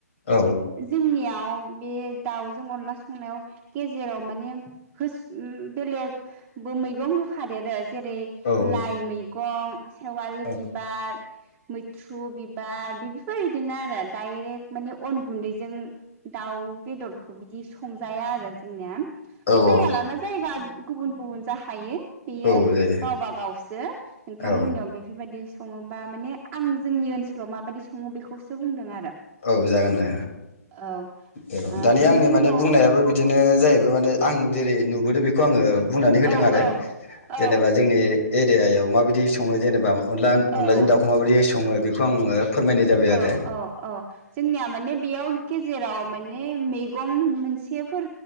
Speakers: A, on the left (about 50°); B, on the right (about 20°).
A: औ
B: जोंनि बे दाउजों अनला संनायाव गेजेराव माने होस बेलेगबो मैगं होफादेरो जेरै
A: औ औ
B: लाइ मैगं सेवालि
A: औ
B: बिबार मैथ्रु बिबार बेफोर इदिनो आरो डाइरेक्ट माने अन गुन्दैजों दाउ बेदरखौ बिदि संजाया आरो जोंनिया
A: औ
B: बि जायगा लाना जायगा गुबुन गुबुन जाखायो बेयो
A: औ जायो
B: गावबा गावसो नोंथांमोननियाव
A: औ
B: बेफोरबायदि सङोबा माने आं जोंनि ओनसोलाव माबायदि सङो बेखौसो बुंदों आरो
A: औ जागोन दे
B: औ
A: औ
B: बिनि
A: दानि आंनि
B: उनाव
A: माने बुंनायाबो बिदिनो जायैबा ओ माने आं जेरै नुबोदों बेखौ आङो बुंनानै होदों
B: औ औ
A: आरो
B: औ
A: जेनेबा जोंनि एरियायाव माबायदि संयो जेनेबा अनला
B: औ
A: अनलाजों दाउखौ माबोरै सङो बि खौ आङो फोरमायनाय जाबाय
B: औ
A: आरो
B: औ औ जोंनिया माने बेयाव गेजेराव माने मैगं मोनसेफोर